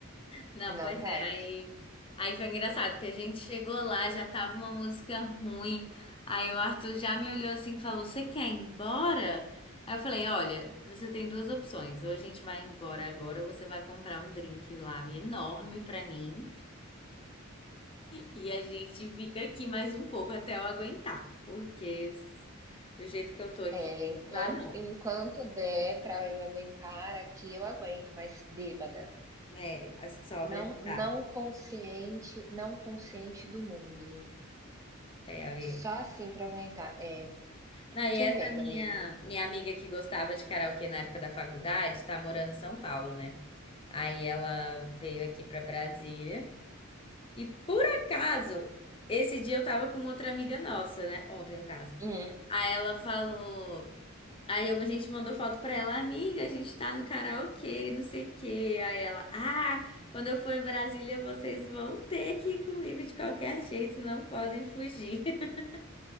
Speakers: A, on the left (about 25°); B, on the right (about 15°).
A: Não,
B: não
A: pois
B: vai.
A: é, aí... aí foi engraçado, porque a gente chegou lá, já tava uma música ruim, aí o Arthur já me olhou assim e falou, você quer ir embora? Aí eu falei, olha, você tem duas opções, ou a gente vai embora agora, ou você vai comprar um drink lá enorme pra mim, E a gente fica aqui mais um pouco até eu aguentar, porque do jeito que eu tô aqui,
B: É, enquanto
A: não dá não.
B: enquanto der para eu aguentar aqui, eu aguento, mas bêbada,
A: É, a sóbria
B: não
A: não
B: não
A: dá.
B: consciente não consciente do mundo.
A: É, amiga.
B: Só assim para aguentar. É,
A: Não, e
B: te
A: essa
B: entendo,
A: minha,
B: amiga.
A: minha amiga que gostava de karaokê na época da faculdade, tá morando em São Paulo, né? Aí ela veio aqui pra Brasília. E por acaso, esse dia eu tava com outra amiga nossa, né? Ontem, no caso.
B: Hum.
A: Aí ela falou. Aí a gente mandou foto pra ela, amiga, a gente tá no karaokê, não sei o quê. Aí ela, ah, quando eu for em Brasília, vocês vão ter que ir comigo de qualquer jeito, não podem fugir. <laughs>